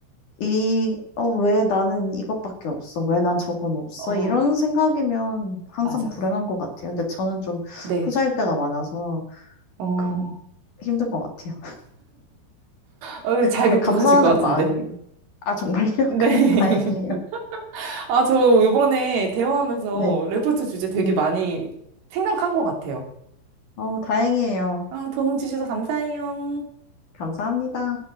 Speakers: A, on the left (about 50°); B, on the right (about 80°).
A: 이, 어, 왜 나는 이것밖에 없어? 왜 난 저건 없어?
B: 어,
A: 이런 생각이면 항상
B: 맞아.
A: 불행한 것 같아요. 근데 저는 좀
B: 네.
A: 후자일 때가 많아서
B: 어, 어,
A: 그런, 힘든 것 같아요.
B: 근데 잘
A: 근데
B: 극복하실
A: 감사하는
B: 것 같은데.
A: 마음이, 아, 정말요?
B: 네.
A: <laughs> 다행이에요.
B: <laughs> 아, 저 이번에 대화하면서
A: 네,
B: 레포트 주제 되게
A: 네.
B: 많이 생각한 것 같아요.
A: 어, 다행이에요.
B: 아, 도움 주셔서 감사해요.
A: 감사합니다.